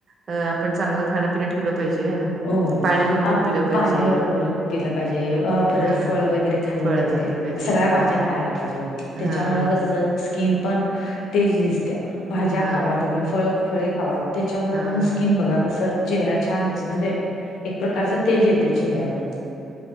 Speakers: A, on the right; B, on the left.
A: अ आपण चांगलं खानपिन ठेवलं पाहिजे हाय ना
B: होय.
A: पाणी भरपूर
B: अ,
A: पिलं पाहिजे.
B: पाणी भरपूर पिलं पाहिजे. परत
A: हां,
B: फळ वगैरे खाल्ल
A: फळं
B: पाहिजे,
A: खाल्ली पाहिजेत.
B: सगळ्या भाज्या
A: हां,
B: खायला पाहिजे. त्याच्यामुळं
A: हां,
B: कसं स्किन पण तेज दिसत्या भाज्या
A: हां,
B: खावा, तुम्ही फळ फळे खावा. त्येच्यामुळे
A: हां.
B: पण स्किन बघा कसं चेहरा छान
A: अच्छा,
B: म्हणजे एक प्रकारच तेज येतय चेहऱ्यावर